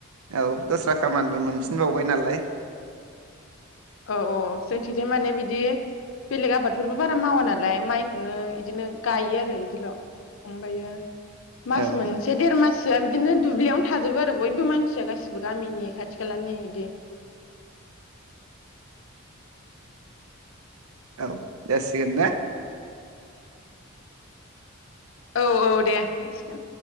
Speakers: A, on the right; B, on the left.
A: औ दस्रा खामानिबो मोनफिनबावबाय नालाय।
B: औ औ जोंथिंजाय माने बिदि बेलेग आबादफोरबो बारा मावा नालाय माइखौनो इदिनो गायो आरो इदिल'। अमबायो मास
A: औ
B: मोनसे देर मास सआ बिदिनो दुब्लियावनो थाजोबो आरो बयबो मानसिया गासिबो गामिनि खाथि खालानि बिदि।
A: औ जासिगोन ना?
B: औ औ दे जासिगोन।